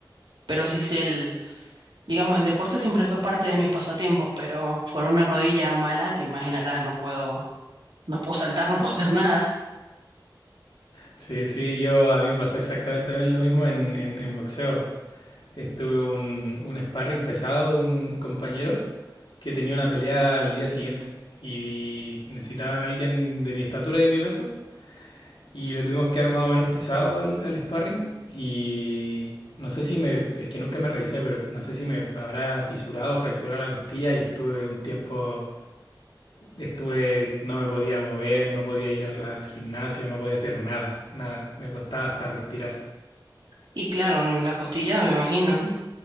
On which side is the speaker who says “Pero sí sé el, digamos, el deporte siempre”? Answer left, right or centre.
Right